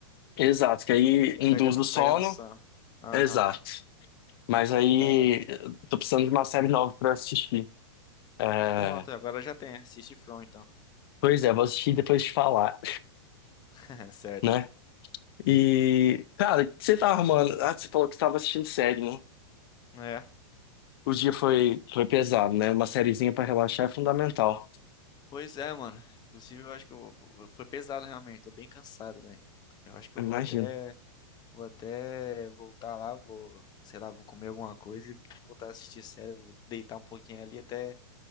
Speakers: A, on the left; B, on the left.
A: Exato, que aí
B: e
A: induz
B: pega, no-
A: o sono.
B: pega no sono. Aham,
A: Exato. Mas aí
B: da hora.
A: eu tô precisando de uma série nova pra assistir. É,
B: Pronto, agora já tem. Assiste From, então.
A: Pois é, vou assistir e depois te falar,
B: <laughs> Certo.
A: né? E, cara, o que você tá arrumando? Ah, você falou que você tava assistindo série, né?
B: É.
A: O dia foi, foi pesado, né? Uma sériezinha pra relaxar é fundamental.
B: Pois é, mano. Inclusive, eu acho que eu, vou- foi pesado realmente. Tô bem cansado, velho. Eu acho que
A: Eu
B: eu vou
A: Imagino.
B: até Vou até voltar lá, vou, sei lá, vou comer alguma coisa e vou voltar a assistir série, vou deitar um pouquinho ali até,